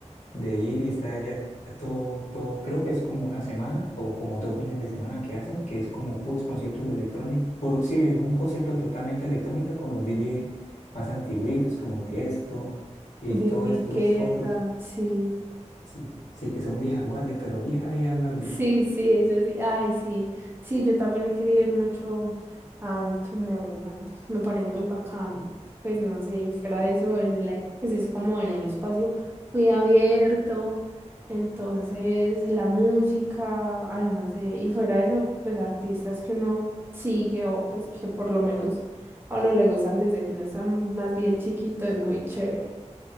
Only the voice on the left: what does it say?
de ir y estar allá todo, todo, creo que es como una semana o como dos fines de semana que hacen, que es como puros conciertos de electrónica, puro, sí, un concierto totalmente electrónica con los DJ más antiguitos como Tiesto y
todos
estos otros,
sí, sí que son vieja guardia, pero vieja, vieja guardia.